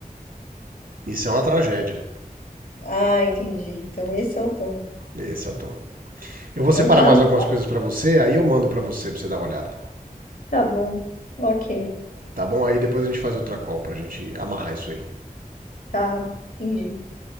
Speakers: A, on the right (about 75°); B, on the left (about 70°).
A: Isso é uma tragédia.
B: Ah, entendi. Então esse é o tom.
A: Esse é o tom. Eu vou
B: Mas
A: separar
B: já
A: mais
B: não.
A: algumas coisas para você, aí eu mando para você, para você dar uma olhada.
B: Tá bom. Ok.
A: Tá bom? Aí depois a gente faz outra call pra gente amarrar isso aí.
B: Tá. Entendi.